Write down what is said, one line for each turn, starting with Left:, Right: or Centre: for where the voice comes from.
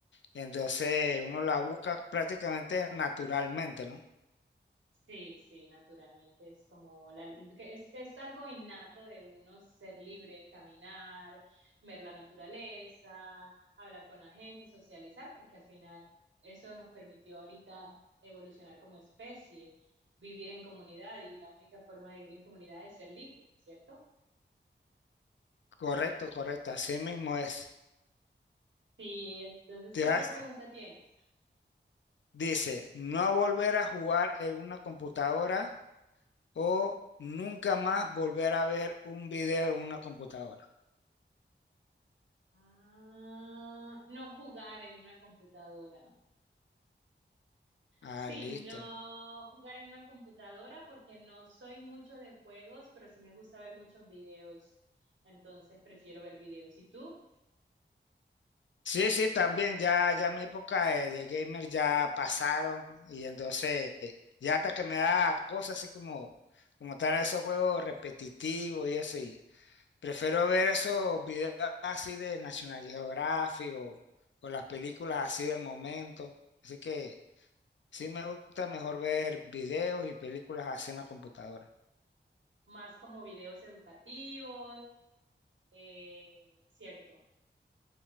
Left: Entonces uno la busca prácticamente naturalmente, ¿no?
Right: Sí, sí, naturalmente es como la, que es, es algo innato de uno ser libre, caminar, ver la naturaleza, hablar con la gente, socializar, porque al final eso nos permitió ahorita evolucionar como especie, vivir en comunidad y la única forma de vivir en comunidad es ser libre, ¿cierto?
Left: Correcto, correcto, así mismo es.
Right: Sí, entonces,
Left: Te
Right: ¿qué
Left: vas-
Right: otra pregunta tienes?
Left: dice, no volver a jugar en una computadora o nunca más volver a ver un video en una computadora.
Right: Ah, no jugar en una computadora. Sí,
Left: Ah, listo.
Right: no jugar en una computadora porque no soy mucho de juegos, pero sí me gusta ver muchos videos. Entonces prefiero ver videos. ¿Y tú?
Left: Sí, sí, también ya, ya mi época de, de gamer ya pasaron y entonces eh, ya hasta que me da cosas así como, como están esos juegos repetitivos y eso Prefiero ver esos videos así de National Geographic o, o las películas así del momento. Así que sí me gusta mejor ver videos y películas así en la computadora.
Right: Más como videos educativos, eh, cierto.